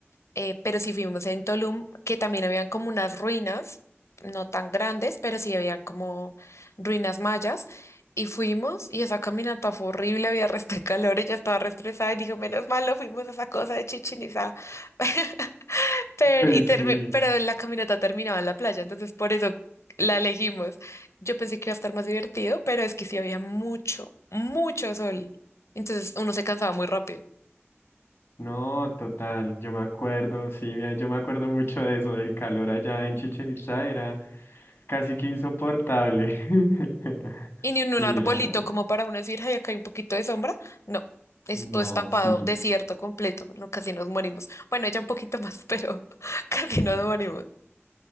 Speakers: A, on the left; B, on the left.
A: eh, pero sí fuimos en Tulum, que también habían como unas ruinas, no tan grandes, pero sí habían como ruinas mayas. Y fuimos, y esa caminata fue horrible, había <laughs> resto de calor, ella estaba re estresada y dijo, menos mal, no fuimos a esa cosa de Chichén Itzá". <laughs> Pero,
B: <laughs> Ay,
A: y termi-
B: sí.
A: pero la caminata terminaba en la playa, entonces por eso la elegimos. Yo pensé que iba a estar más divertido, pero es que sí había mucho, mucho sol. Entonces uno se cansaba muy rápido.
B: No, total, yo me acuerdo, sí, mira, yo me acuerdo mucho de eso, del calor allá en Chichén Itzá era casi que insoportable. <laughs>
A: Y ni en
B: Sí,
A: un arbolito
B: era.
A: como para uno decir, ay, acá hay un poquito de sombra. No, eso
B: No,
A: todo es tapado,
B: sí,
A: desierto completo. No, casi nos morimos. Bueno, ella un poquito más, <laughs> pero casi nos morimos.